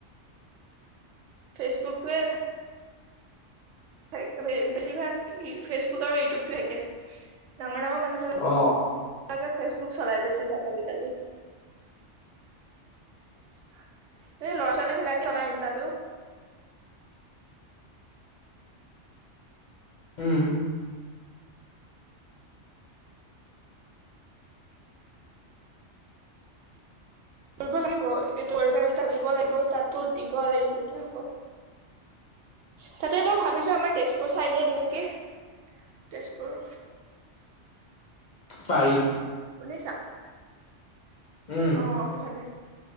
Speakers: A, on the right; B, on the left.
A: ফেচবুকটোৱে বে-বে-বেছিভাগ ই ফেচবুক আৰু ইউটিউব। টো একে। ডাঙ ডাঙক মানুহক
B: অ
A: লাগে ফেচবুক চলাই বেছিভাগ আজিকালি। এ, ল'ৰা-ছোৱালী ভিলাকে চলাই ইনষ্টাটো।
B: উ।
A: কৰিব লাগিব। এই <unintelligible> লাগিব তাতো দিব লাগে তেতিয়া হ'ব। তাতে মই ভাবিছো আমাৰ তেজপুৰ চাইডে দিওঁ কি। তেজপুৰ।
B: পাৰি।
A: শুনিছা?
B: উম
A: অ', সেইফালে।